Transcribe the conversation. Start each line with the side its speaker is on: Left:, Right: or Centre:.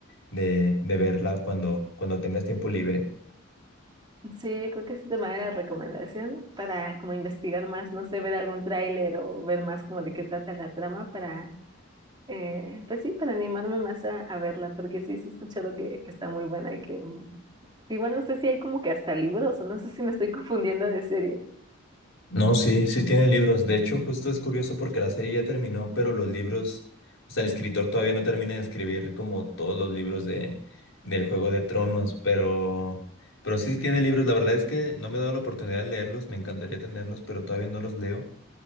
Left: de, de verla cuando, cuando tengas tiempo libre.
Right: Sí, yo creo que sí te manera de recomendación para como investigar más, no sé, ver algún tráiler o ver más como de qué trata la trama para, eh, pues sí, para animarme más a, a verla, porque sí, sí he escuchado que, que está muy buena y que mm, igual no sé si hay como que hasta libros o no sé si me estoy <laughs> confundiendo de serie.
Left: No, sí, sí tiene libros. De hecho, justo es curioso porque la serie ya terminó, pero los libros, o sea, el escritor todavía no termina de escribir como todos los libros de, del Juego de Tronos, pero, pero sí sí tiene libros. La verdad es que no me he dado la oportunidad de leerlos, me encantaría tenerlos, pero todavía no los leo.